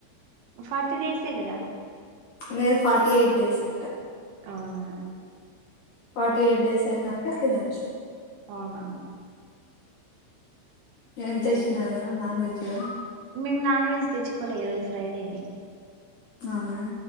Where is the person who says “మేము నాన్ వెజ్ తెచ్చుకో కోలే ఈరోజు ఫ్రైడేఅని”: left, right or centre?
Right